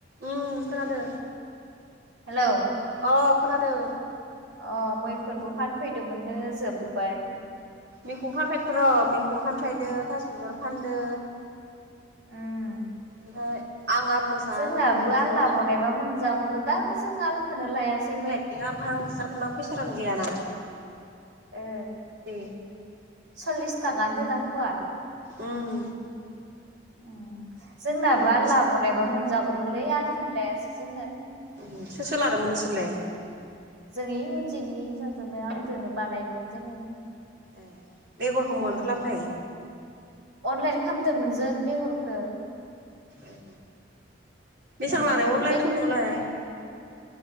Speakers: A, on the right; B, on the right.
A: उम खोनादो।
B: हेलौ।
A: औ खोनादों।
B: अ मैखुनबो फानफैदोंमोननो जोबबाय।
A: मैफुन फानफैथ'र' मैफुन फानफायदो थास' बिबार फानदो।
B: उम।
A: ओमफ्राय आं आरो नोंसा
B: जोंनाबो
A: नखुमजोआ
B: आल लाबावनायबा
A: माबा
B: मोनजागौमोन दां जों आलखौनो लायासै मै
A: लाबहांसो जादोंमोन आं फैसारानो गैयाना
B: ओ
A: दे।
B: सल्लिस थाखानो दोदां फुवा?
A: उम
B: उम जोंनाबो
A: सल्लिस
B: आल लाबावनायबा मोनजागौमोनलै आलखौनो लायासै जोङो।
A: उम सोर सोर लादोंमोन नोंसोरलाय?
B: जोंइ उनजिनि हिनजावजोंनो आंदोनो बानायदोंमोन जोङो।
A: ए बेगरखौ मोननिफ्राय लाबनाय।
B: अनलाइन खालामदोमोन जों बेगरखौ।
A: ए। बेसां
B: मैखुनखौ
A: लानाय अनलाइन खामानायावलाय?